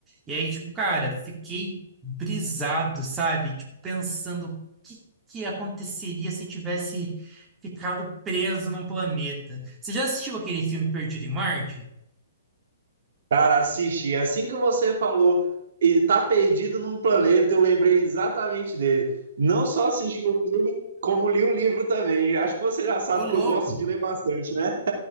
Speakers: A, on the right; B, on the right.
A: E aí, tipo, cara, fiquei brisado, sabe? Tipo, pensando o que que aconteceria se eu tivesse ficado preso num planeta. Você já assistiu aquele filme Perdido em Marte?
B: Cara, assisti. Assim que você falou, ele tá perdido num planeta, eu lembrei exatamente dele. Não só assisti o filme, como li o livro também. Acho que você já sabe
A: Ô, louco!
B: que eu gosto de ler bastante, né?